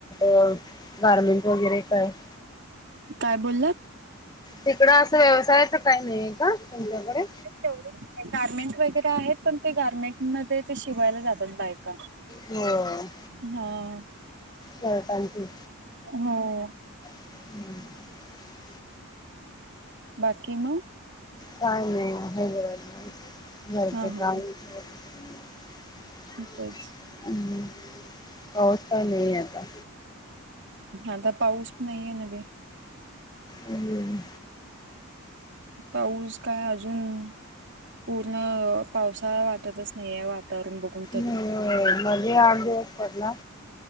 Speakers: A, on the left (about 15°); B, on the right (about 50°).
A: अ गारमेंट वगैरे काय. <inaudible>
B: काय बोललात?
A: तिकडं असं व्यवसायाच काही नाहीये का तुमच्याकडे.
B: तेवढेच गार्मेंट वगैरे आहेत पण ते गार्मेंटमध्येध्ये ते शिवायला जातात बायका.
A: हो.
B: ह. <inaudible>
A: चला थँक्यू.
B: हो. <inaudible>
A: <inaudible>
B: बाकी मग.
A: काय नाही आहे बरब घरचे
B: हा हा
A: काम. <inaudible>
B: म तेच.
A: हम् पाऊस काय नाही आता.
B: आता पाऊस नाहीये न्हवे.
A: हम्म.
B: पाऊस काय अजून पूर्ण पावसाळा वाटतच नाही आहे वातावरण बघून तरी.
A: होय मध्ये आठ दिवस पडला